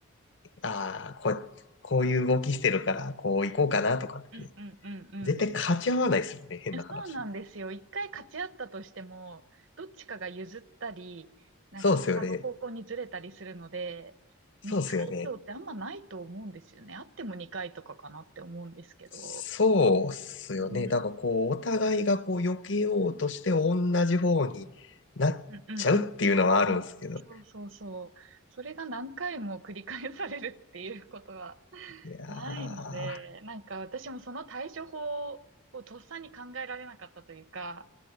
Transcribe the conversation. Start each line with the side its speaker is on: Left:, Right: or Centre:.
Left: ああ、こう、こういう動きしてるから、こう行こうかなとかって、
Right: うんうんうんうん。
Left: 絶対勝ち合わないですよね、変な話。
Right: えそうなんですよ。一回勝ち合ったとしても、どっちかが譲ったり、なんか他の方向にずれたりするので、
Left: そうですよね。
Right: 2回以上ってあんまないと思うんですよね。
Left: そうですよね。
Right: あっても2回とかかなって思うんですけど。
Left: そうっすよね。
Right: うん、
Left: だからこう、
Right: う
Left: お互いがこう、避けようとして同じ方になっちゃうっていうのはあるんですけど。
Right: ん、うん、うん。うんそうそうそう。それが何回も繰り返されるっていうことは
Left: いやー、
Right: ないので、なんか私もその対処法をとっさに考えられなかったというか、